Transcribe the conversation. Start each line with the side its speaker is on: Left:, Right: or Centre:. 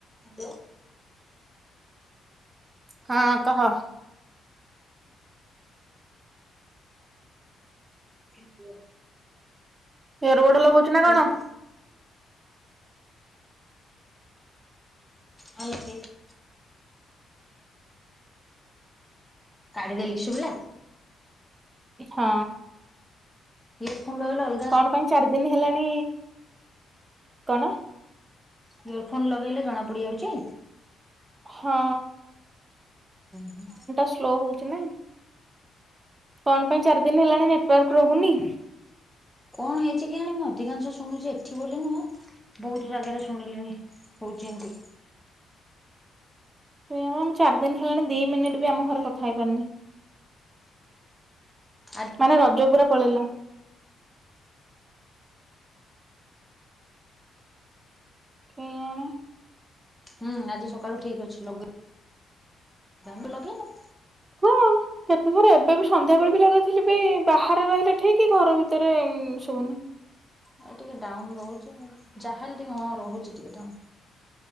Centre: Hello..
Right: <inaudible> ହଁ କହ।
Centre: <inaudible>
Right: ଇଅରବୋର୍ଡ ଲଗଉଛୁ ନା
Centre: ହଁ
Right: କଣ।
Centre: ହଁ ଲଗେଇଛି। କାଢିଦେଲି ଶୁଭିଲା।
Right: ହଁ।
Centre: ୟରଫୋନ୍ ଲଗେଇଲେ ଅଲ।
Right: କଣପାଇଁ ଚାରିଦିନ ହେଲାଣି କଣ।
Centre: ଇୟରଫୋନ ଲଗେଇଲେ ଜଣାପଡିଯାଉଛି।
Right: ହଁ
Centre: ହୁଁ
Right: ସାଉଣ୍ଡଟା ସ୍ଲୋ ହଉଛିନା। କଣ ପାଇଁ ଚାରିଦିନ ହେଲାଣି ନେଟୱାର୍କ ରହୁନି।
Centre: କଣ ହେଇଛି କେଜାଣି ମୁଁ ଅଧିକାଂଶ ଶୁଣୁଛି ଏଠି ବୋଲି ନୁହଁ। ବହୁତ ଜାଗାରେ ଶୁଣିଲିଣି ହୋଉଛି ଏମତି।
Right: <unintelligible> ଚାରିଦିନ ହେଲାଣି ଦିମିନିଟ୍ ବି ଆମଘରେ କଥାହେଇ ପାରନି।
Centre: ହଁ।
Right: ମାନେ ରଜପୁରା ପଳେଇଲା। <unintelligible>
Centre: ହୁଁ ଆଜି ସକାଳୁ ଠିକ୍ଅଛି ଲଗେ ଦାମ ଲଗେଇନୁ।
Right: ହଁ। କେତେଥର ଏବେବି ସନ୍ଧ୍ୟାବେଳେ ବି ଲାଗେଇଥିଲି ବି ବାହାରେ ରହିଲେ ଠିକି ଘର ଭିତରେ ଶଉୁନି।
Centre: ଆଉ ଟିକେ ଡାଉନ ରହୁଛି ଆଉ ଯାହାେଲ ଟିକେ ହଁ ରହୁଛି ଟିକେ ଡାଉନ।